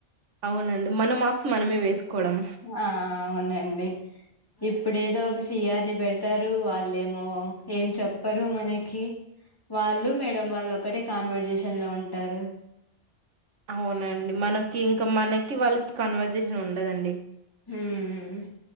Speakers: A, on the right; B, on the left.
A: అవునండి. మన మార్క్స్ మనమే వేసుకోడం.
B: ఆ అవునండి. ఇప్పుడేదో ఒక సియర్ని పెడతారు, వాళ్ళేమో ఏం చెప్పరు మనకి వాళ్ళు, మేడం వాళ్ళు, ఒకటే కాన్వర్జేషన్ లో ఉంటారు.
A: అవునండి. మనకి ఇంకా మనకి వాళ్ళకి కన్వర్జేషన్ ఉండదండి.
B: హుహుహ్